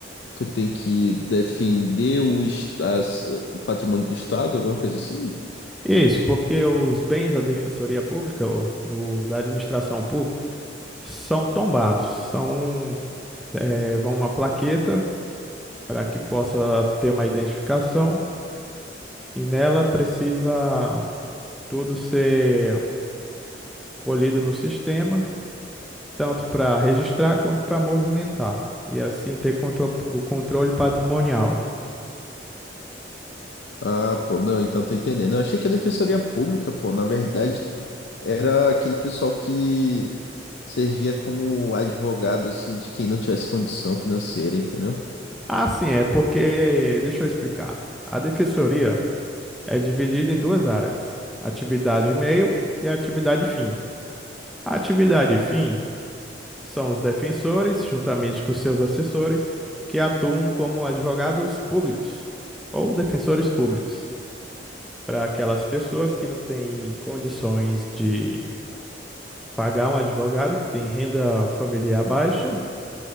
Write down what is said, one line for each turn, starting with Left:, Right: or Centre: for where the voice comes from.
Left: tu tem que defender o es- as- o patrimônio do Estado, alguma coisa assim?
Centre: Isso, porque os bens da Defensoria Pública, ou do, da administração pública, são tombados, são, eh, vão uma plaqueta para que possa ter uma identificação, e nela precisa tudo ser colhido no sistema, tanto para registrar quanto para movimentar, e assim ter contro- o controle patrimonial.
Left: Ah, pô, não, então tô entendendo. Eu achei que a Defensoria Pública, pô, na verdade, era aquele pessoal que servia como advogado, assim, de quem não tivesse condição financeira, entendeu?
Centre: Ah, sim, é porque, deixa eu explicar. A defensoria é dividida em duas áreas: atividade meio e atividade fim. A atividade fim São os defensores, juntamente com seus assessores, que atuam como advogados públicos ou defensores públicos para aquelas pessoas que não têm condições de pagar um advogado, que tem renda familiar baixa,